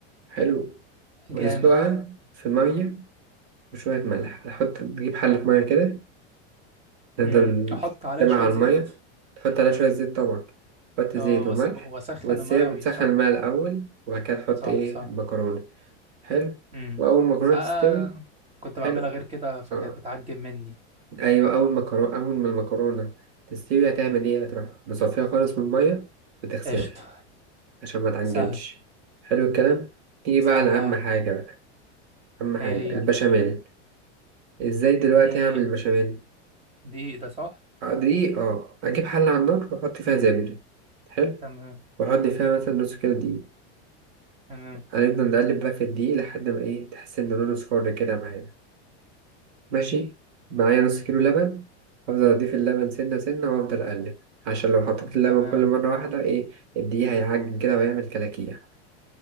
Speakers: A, on the right (about 65°); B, on the right (about 20°).
A: حلو وتسلقها
B: جامد
A: في مية وشوية ملح نحط نجيب حلة مية كده نفضل
B: امم احط عليها
A: تبع
B: شوية
A: على
B: زيت
A: المية تحط عليها شوية زيت طبعا تحط
B: اه
A: زيت وملح
B: وأس- واسخن
A: وتسيب
B: الماء قوي
A: تسخن
B: صح
A: الماء الأول وبعد كده تحط
B: صح
A: ايه
B: صح
A: المكرونة حلو
B: امم
A: وأول ما المكرونة
B: ساعة
A: تستوي
B: كنت
A: حلو
B: بعملها غير كده فكانت
A: آه.
B: بتعجب مني
A: أيوة أول ما المكرونة أول ما المكرونة تستوي هتعمل
B: امم
A: إيه هتروح مصفيها خالص من المية وتغسلها
B: قشطة
A: عشان ما تعجنش
B: سهل
A: حلو الكلام تيجي
B: سهلة
A: بقى على أهم
B: يا عم
A: حاجة بقى أهم حاجة
B: ايه هي
A: البشاميل إزاي دلوقتي
B: دقيق
A: أعمل البشاميل
B: دقيق ده صح
A: آه، دقيق أه أجيب حلة على النار وأحط فيها زبدة حلو
B: تمام
A: وأحط فيها مثلا نص كيلو دقيق
B: تمام
A: هنفضل نقلب بقى في الدقيق لحد ما إيه تحس إن لونه صفار كده معانا ماشي معايا نص كيلو لبن أفضل أضيف اللبن سنة سنة وأفضل أقلب عشان لو حطيت اللبن
B: تمام
A: كل مرة واحدة إيه الدقيق هيعجن كده ويعمل كلاكيع